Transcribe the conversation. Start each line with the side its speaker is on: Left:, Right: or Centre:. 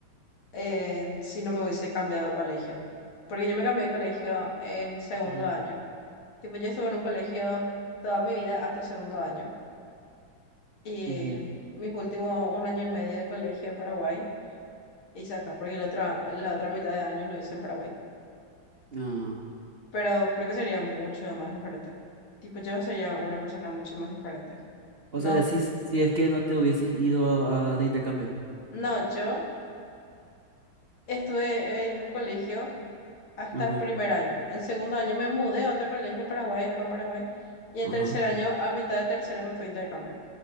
Left: eh, si no me hubiese cambiado de colegio, porque yo me cambié de colegio en segundo
Right: Mm.
Left: año. Tipo, yo estuve en un colegio toda mi vida hasta segundo año. Y
Right: Ujú.
Left: mis últimos un año y medio de colegio en Paraguay hice acá, porque la otra, la otra mitad de año no hice en Paraguay.
Right: Ah.
Left: pero creo que sería mucho más diferente. Tipo, yo sería una persona mucho más diferente.
Right: O
Left: No,
Right: sea, decís si es que no te hubieses ido a- a- de intercambio.
Left: no, yo estuve en un colegio hasta
Right: Ajá,
Left: primer año. En segundo año me mudé a otro colegio Paraguay, acá en Paraguay, y en
Right: ajá.
Left: tercer año, a mitad de tercero, me fui a intercambio.